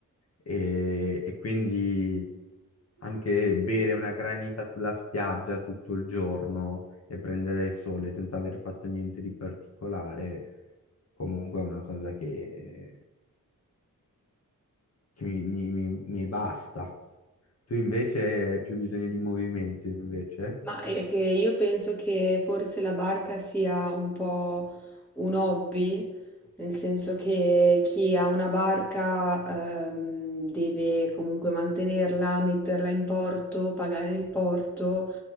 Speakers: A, on the left; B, in the centre.
A: e, e quindi anche bere una granita sulla spiaggia tutto il giorno e prendere il sole senza aver fatto niente di particolare comunque è una cosa che, che mi, mi- mi- mi basta. Tu invece hai più bisogno di movimento, invece?
B: Ma è che io penso che forse la barca sia un po' un hobby, nel senso che chi ha una barca ehm, deve comunque mantenerla, metterla in porto, pagare il porto,